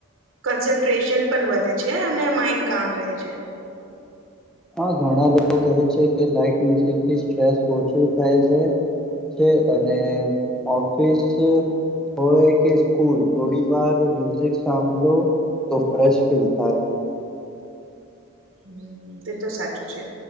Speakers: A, on the right; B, in the centre.
A: કન્સન્ટ્રેશન પણ વધે છે અને માઈન્ડ કામ રહે છે.
B: આ ઘણા લોકો કહે છે કે લાઈટ મ્યુઝિક થી સ્ટ્રેસ ઓછું થાય છે. છે અને ઓફિસ હોય કે સ્કૂલ થોડી વાર મ્યુઝિક સાંભળો તો ફ્રેેશ ફીલ થાય
A: હમ્મ તે તો સાચું છે